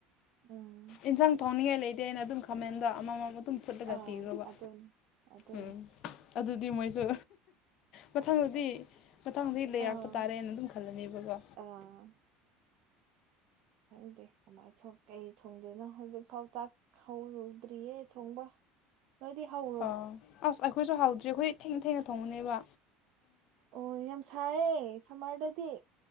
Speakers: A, on the right; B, on the left.
A: ꯎꯝ
B: ꯌꯦꯟꯁꯥꯡ ꯊꯣꯡꯅꯤꯡꯉꯥꯏ ꯂꯩꯇꯦ ꯑꯩꯅ ꯑꯗꯨꯝ ꯈꯥꯃꯦꯟꯗꯣ ꯑꯃꯃꯝ ꯑꯗꯨꯝ ꯐꯨꯠꯂꯒ
A: ꯑꯥ
B: ꯀꯤꯈ꯭ꯔꯣꯕ
A: ꯑꯗꯨꯅꯤ ꯑꯗꯨꯅꯤ
B: ꯎꯝ ꯑꯗꯨꯗꯤ ꯃꯣꯏꯁꯨ ꯃꯊꯪꯗꯗꯤ ꯃꯊꯪꯗꯗꯤ ꯂꯩꯔꯛꯄ
A: ꯑꯥ
B: ꯇꯥꯔꯦꯅ ꯑꯗꯨꯝ ꯈ ꯈꯜꯂꯅꯦꯕꯀꯣ
A: ꯑꯥ ꯈꯪꯗꯦ ꯀꯃꯥꯏꯅ ꯀꯩ ꯊꯣꯡꯗꯣꯏꯅꯣ ꯍꯧꯖꯤꯛꯐꯥꯎꯇꯥꯛ ꯍꯗꯗ꯭ꯔꯤꯌꯦꯦ ꯊꯣꯡꯕ ꯅꯗꯤ ꯍꯥꯎ
B: ꯑ ꯑꯁ ꯑꯩꯈꯣꯏꯁꯨ ꯍꯥꯎꯗ꯭ꯦ ꯑꯩꯈꯣꯏ ꯊꯦꯡꯅ ꯊꯦꯡꯅ ꯊꯣꯡꯉꯨꯅꯦꯕ
A: ꯑꯣ ꯌꯥꯝ ꯁꯥꯏꯌꯦꯦ ꯁꯝꯃꯔꯗꯗꯤ